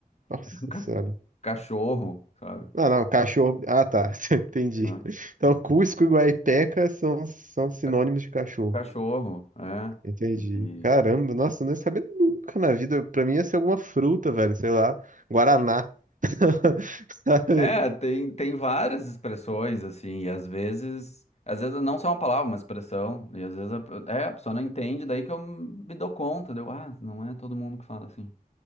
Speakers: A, on the right; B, on the left.
A: Nossa
B: <laughs> ca-
A: senhora.
B: cachorro, sabe?
A: Não, não, cachorro. Ah, tá, <laughs> entendi.
B: Hã?
A: Então, Cusco e Guaipeca são, são sinônimos
B: Ca-
A: de cachorro.
B: Cachorro, é.
A: Entendi.
B: E-
A: Caramba, nossa, eu não ia saber nunca na vida. Pra mim ia ser alguma fruta, velho, sei lá, Guaraná. <laughs> Sabe?
B: é, tem, tem várias expressões, assim, e às vezes, às vezes não só uma palavra, uma expressão, e às vezes a, pe- é, a pessoa não entende, daí que eu me dou conta, deu, ah, não é todo mundo que fala assim.